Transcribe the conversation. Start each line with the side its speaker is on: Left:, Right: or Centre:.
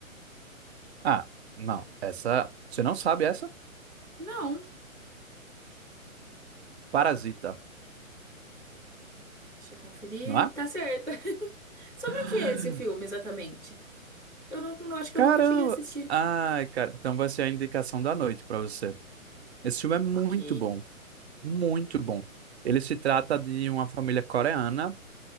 Right: Ah, não. Essa, você não sabe essa?
Centre: Não.
Right: Parasita,
Centre: Deixa eu conferir.
Right: não é?
Centre: Tá certa. <laughs> Sobre
Right: <gasps>
Centre: o que é esse filme exatamente? Eu não, não acho que
Right: Caramba!
Centre: eu nunca cheguei a assistir.
Right: Ai, cara, então vai ser a indicação da noite pra você. Esse filme é muito
Centre: Ok.
Right: bom, muito bom. Ele se trata de uma família coreana